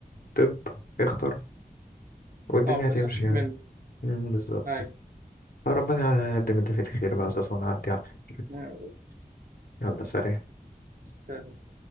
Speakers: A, on the left; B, on the right.
A: طب اختر والدنيا
B: اه في
A: هتمشي
B: الخفيف
A: يعني
B: منه
A: مم، بالظبط
B: ايوه
A: فربنا يقدم اللي فيه الخير بقى يا استاذ ونعدي على الخير
B: يا رب.
A: يلا سلام
B: سلام